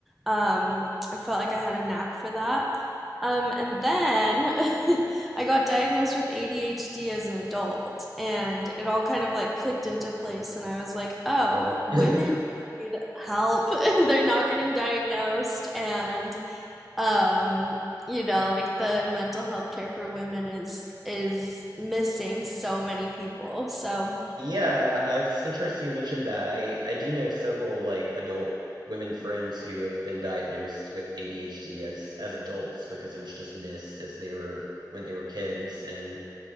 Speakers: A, in the centre; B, on the right (about 75°).
A: um, I felt like I had a knack for that. Um, and then <laughs> I got diagnosed with ADHD as an adult, and it all kind of like clicked into place. And I was like, oh, women
B: <laughs>
A: need help. <laughs> they're not getting diagnosed and um you know like the mental health care for women is is missing so many people so
B: Yeah, uh, it's interesting you mentioned that. I I do know several like adult women friends who have been diagnosed with ADHD as as adults because it was just missed as they were when they were kids. And